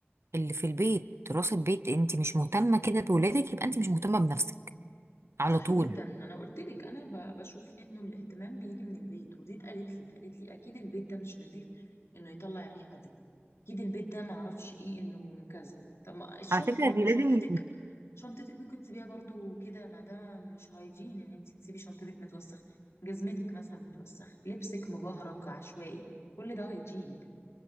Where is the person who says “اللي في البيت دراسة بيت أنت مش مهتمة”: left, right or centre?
Right